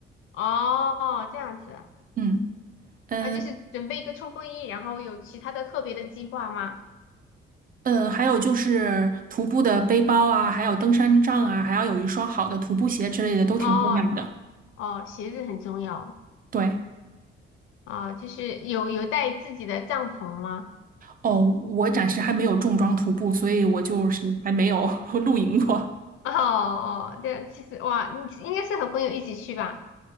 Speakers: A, on the left; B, on the right.
A: 哦，这样子。
B: <laughs> 嗯。嗯
A: 啊，就是准备一个冲锋衣，然后有其他的特别的计划吗？
B: 呃，还有就是徒步的背包啊，还有登山杖啊，还要有一双好的徒步鞋之类的，都挺重要的。
A: 哦哦，鞋子很重要。
B: 对，
A: 哦，就是有有带自己的帐篷吗？
B: 哦，我暂时还没有重装徒步，所以我就是还没有 <laughs> 露营过。
A: 哦哦，这其实哇，你应该是和朋友一起去吧？